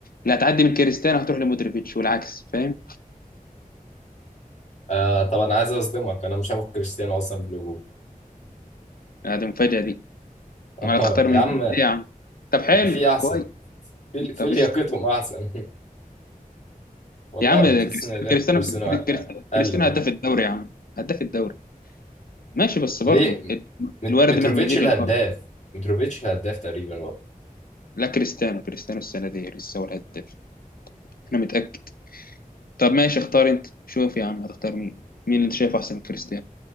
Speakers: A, on the left (about 80°); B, on the left (about 50°).
A: اللي هتعدي من كريستيانو هتروح لمتروفيتش والعكس فاهم؟
B: آه طب انا عايز اصدمك انا مش هاخد كريستيانو اصلا في الهجوم
A: هذه المفاجأة دي
B: <laughs> اه
A: ولا تختار
B: يا
A: مين
B: عم
A: ايه يا عم طب حلو
B: في في احسن
A: كويس
B: في في
A: طب
B: لياقتهم
A: قشطة
B: احسن <laughs> والله
A: يا عم
B: تحس ان ده
A: كريستيانو كريستيانو
B: كريستيانو
A: كريستيانو
B: قل
A: كريستيانو
B: برضه
A: هداف الدوري يا عم هداف الدوري ماشي بس
B: ليه
A: برضه ال-
B: مت-
A: الورد
B: متروفيتش
A: مهما ليه
B: الهداف
A: بالبركه
B: متروفيتش الهداف تقريبا برضه
A: لا كريستيانو كريستيانو السنه دي لسه هو الهداف انا متاكد طب ماشي اختار انت شوف يا عم هتختار مين مين اللي انت شايفه احسن من كريستيانو